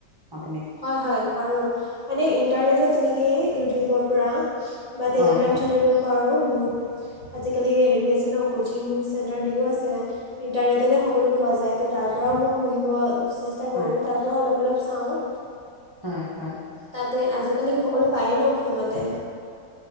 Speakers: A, on the right (about 20°); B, on the left (about 20°).
A: আপুনি?
B: হয়, হয় কৰোঁ মানে ইণ্টাৰনেটত তেনেকেই ইউটিউবৰ পৰা বা টেলিগ্ৰাম
A: হয় হয়
B: চেনেলৰ পাৰো বহুত আজিকালি হেৰি আছে ন কোচিং চেণ্টাৰ দিও আছে। ইণ্টাৰনেটতে সকলো পোৱা যায়, ত' তাৰ পৰাও মই পঢ়িব চে ষ্টা
A: হয়
B: কৰোঁ, তাৰ পৰাও অলপ অলপ চাওঁ।
A: হয়, হয়।
B: তাতে আজিকালি সকলো পায়েই ন ফোনতে।